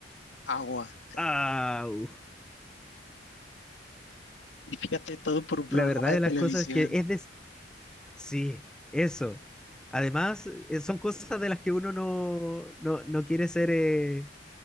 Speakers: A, on the left; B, in the centre.
A: agua.
B: ¡Au!
A: Y fíjate, todo por un programa
B: La verdad
A: de
B: de
A: televisión.
B: las cosas es que es de Sí, eso. Además, eh, son cosas de las que uno no, no, no quiere ser, eh,